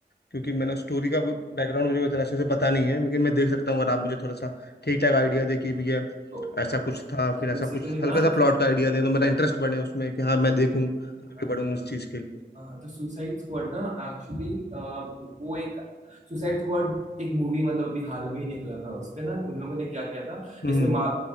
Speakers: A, on the left; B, on the right.
A: क्योंकि मैंने स्टोरी का बैकग्राउंड मुझे इतना अच्छे से पता नहीं है लेकिन मैं देख सकता हूँ अगर आप मुझे थोड़ा सा ठीक ठाक आइडिया दे कि भैया
B: तो
A: ऐसा कुछ था
B: तो
A: फिर ऐसा
B: बेसिकली
A: कुछ
B: ना
A: हल्का सा प्लॉट का आइडिया दें तो मेरा इंटरेस्ट बढ़े उसमें कि हाँ मैं देखूँ आगे
B: हाँ
A: बढूं उस चीज़ के लिए
B: हाँ तो सुसाइड स्क्वाड ना एक्चुअली वो एक सुसाइड स्क्वाड एक मूवी मतलब अभी हाल में ही निकला था उसपे ना उन लोगों ने क्या किया था
A: हम्म
B: जैसे मा,